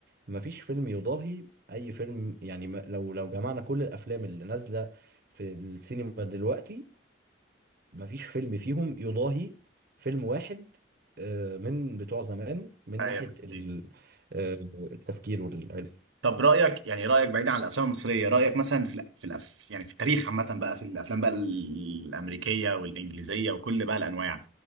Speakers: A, on the right; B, on the right.
A: مفيش فيلم يضاهي اي فيلم يعني ما- لو لو جمعنا كل الافلام اللي نازله في السينما دلوقتي مفيش فيلم فيهم يضاهي فيلم واحد آه، من بتوع زمان من
B: ايوه
A: ناحيه
B: صحيح
A: ال- آه، التفكير والعلم
B: طب رأيك يعني رأيك بعيد عن الأفلام المصرية رأيك مثلا في الأ- في الأف يعني في التاريخ عامة بقى في الأفلام بقى الأمريكية والإنجليزية وكل بقى الأنواع